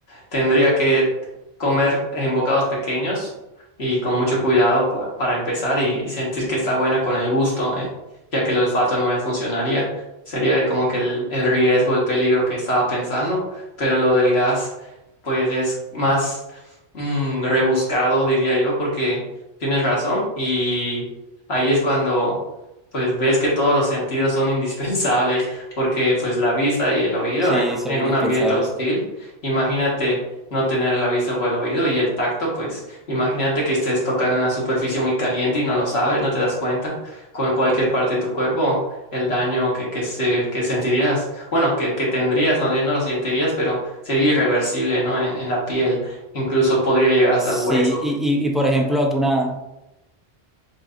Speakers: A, on the left; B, in the centre.
A: tendría que comer en bocados pequeños y con mucho cuidado pa- para empezar y, y sentir que está buena con el gusto, eh, ya que el olfato no me funcionaría. Sería como que el, el riesgo, el peligro que estaba pensando, pero lo del gas, pues es más mm, rebuscado, diría yo, porque tienes razón y ahí es cuando pues ves que todos los sentidos son indispensables porque pues la vista y el oído
B: Sí,
A: en,
B: soy
A: en
B: indispensable.
A: un ambiente hostil, imagínate no tener la vista o el oído y el tacto, pues imagínate que estés tocando una superficie muy caliente y no lo sabes, no te das cuenta con cualquier parte de tu cuerpo, el daño que, que, se, que sentirías, bueno, que, que tendrías, no, no lo sentirías, pero sería irreversible, ¿no? En, en la piel, incluso podría llegar hasta
B: Sí,
A: el hueso.
B: y, y, y por ejemplo, alguna...